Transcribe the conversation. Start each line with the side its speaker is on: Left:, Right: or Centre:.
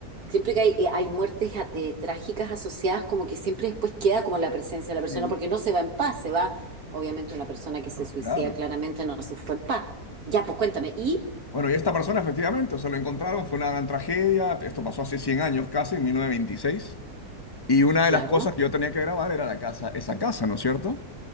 Right: Siempre que hay, eh, hay muertes a- de- trágicas asociadas, como que siempre después queda como la presencia de
Left: sí,
Right: la persona, porque no se va en paz, se va, obviamente una persona que se suicida
Left: claro.
Right: claramente no se fue en paz. Ya, pues cuéntame. Y,
Left: Bueno, y esta persona efectivamente, o sea, lo encontraron, fue una gran tragedia, esto pasó hace 100 años casi, en 1926. Y una
Right: claro,
Left: de las cosas que yo tenía que grabar era la casa, esa casa, ¿no es cierto?